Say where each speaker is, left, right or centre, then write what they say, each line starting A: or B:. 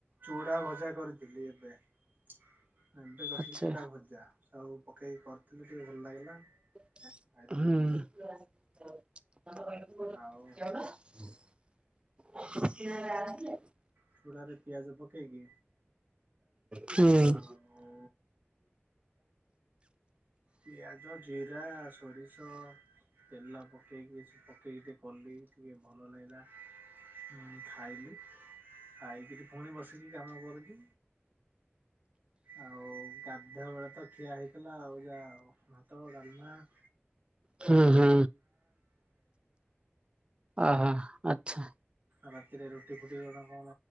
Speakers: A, on the right; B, on the right.
A: ଚୁଡ଼ା ଭଜା କରିଥିଲି ଏବେ। ଏବେ କରିଥିଲି
B: ଆଚ୍ଛା
A: ଚୁଡା ଭଜା ସବୁ ପକେଇକି କରିଥିଲି ଟିକେ ଭଲ ଲାଗିଲା।
B: ହୁଁ।
A: ଖାଇଲି।
B: <inaudible>
A: ଆଉ
B: <inaudible>
A: ଚୁଡ଼ାରେ ପିଆଜ ପକେଇକି
B: ହୁଁ।
A: ଆଉ ପିଆଜ ଜିରା ସୋରିଷ ତେଲ ପକେଇକି ପକେଇକି ଟିକେ କଲି ଟିକେ ଭଲ ଲାଗିଲା। ମୁଁ ଖାଇଲିି ଖାଇକିରି ପୁଣି ବସିକି କାମ କରୁଚି ଆଉ ଗାଧୁଆବେଳେ ତ ଖିଆ ହେଇଥିଲା ଆଉ ଯା ଭାତ ଡାଲମା <inaudible>
B: ହୁଁ ହୁଁ ଅ ହ ଆଛା।
A: ରାତିରେ ରୁଟି ଫୁଟି କ କଣ